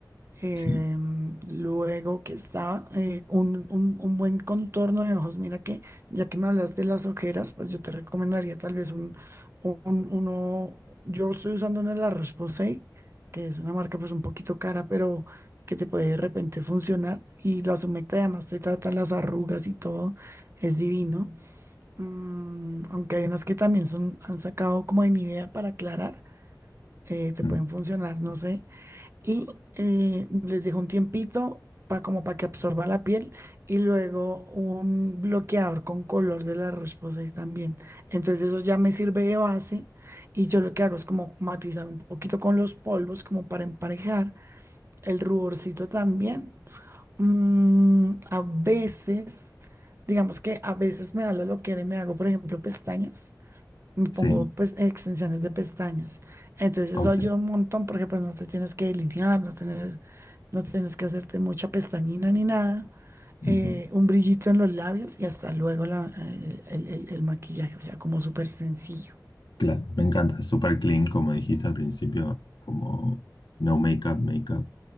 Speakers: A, on the right; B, on the left.
A: Em,
B: Sí,
A: luego que está eh, un, un- un buen contorno de ojos. Mira que ya que me hablas de las ojeras, pues yo te recomendaría tal vez un, un- uno. Yo estoy usando una de la Roche-Posay, que es una marca pues un poquito cara, pero que te puede de repente funcionar. Y la Sumecta además te trata las arrugas y todo. Es divino. Mm, aunque hay unas que también son, han sacado como de Nivea para aclarar, eh, te
B: mm,
A: pueden funcionar. No sé y eh, les dejo un tiempito pa- como para que absorba la piel y luego un bloqueador con color de la Roche-Posay también. Entonces eso ya me sirve de base y yo lo que hago es como matizar un poquito con los polvos como para emparejar el ruborcito también. Mm, a veces, digamos que a veces me da la loquera y me hago, por ejemplo, pestañas me pongo
B: sí,
A: pues extensiones de pestañas. Entonces
B: ok.
A: eso ayuda un montón porque pues no te tienes que delinear, no tener, no tienes que hacerte mucha pestañina ni nada.
B: ujú.
A: Eh, un brillito en los labios y hasta luego la- el, el- el- el maquillaje, o sea, como súper sencillo.
B: Claro, me encanta, es súper clean, como dijiste al principio, como no makeup, makeup.